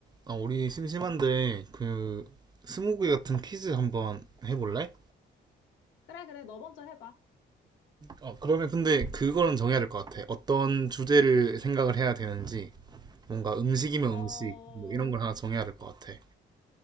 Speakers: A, on the right; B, on the left.
A: 아, 우리 심심한데 그 스무고개 같은 퀴즈 한번 해볼래?
B: 그래, 그래. 너 먼저 해봐.
A: 어, 그러면 근데 그거는 정해야 될 것 같아. 어떤 주제를 생각을 해야 되는지 뭔가 음식이면
B: 어,
A: 음식 뭐 이런 걸 하나 정해야 될 것 같아.